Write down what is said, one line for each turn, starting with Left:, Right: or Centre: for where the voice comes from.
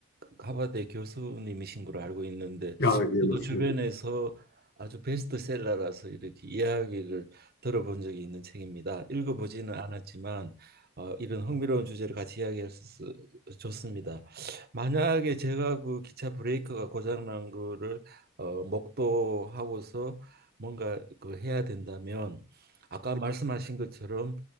Right: 하버드 교수님이신 걸로 알고 있는데
Left: 아, 예, 맞습니다.
Right: 저 주변에서 아주 베스트셀러라서 이렇게 이야기를 들어본 적이 있는 책입니다. 읽어보지는 않았지만 어, 이런 흥미로운 주제를 같이 이야기할 수 있어 좋습니다. 만약에 제가 그 기차 브레이크가 고장 난 거를 어, 목도하고서 뭔가 그 해야 된다면 아까 말씀하신 것처럼